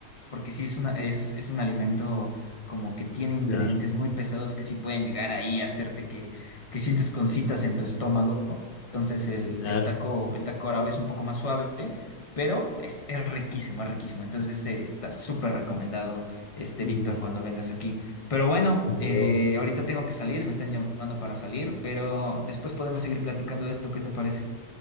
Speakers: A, on the left; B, on the left.
A: Porque sí es una, es, es un alimento como que tiene ingredientes
B: Claro,
A: muy pesados que sí pueden llegar ahí a hacerte que, que sientes concitas en tu estómago. Entonces el,
B: claro.
A: el taco, el taco árabe es un poco más suave, pero es, es riquísimo, es riquísimo. Entonces eh, está súper recomendado este
B: Mm,
A: Víctor cuando vengas aquí. Pero bueno,
B: no.
A: eh, ahorita tengo que salir, me están llamando para salir, pero después podemos seguir platicando de esto, ¿qué te parece?